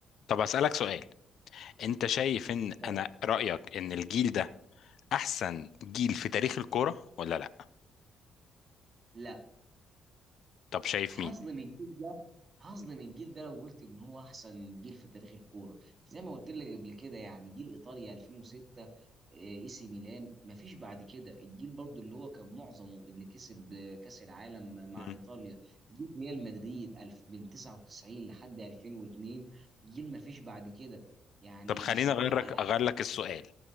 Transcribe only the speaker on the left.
طب أسألك سؤال انت شايف ان
انا رأيك ان الجيل ده احسن جيل في تاريخ الكورة ولا لا
طب شايف
مين
مم.
طب خليني
اغير لك
اغير
لك السؤال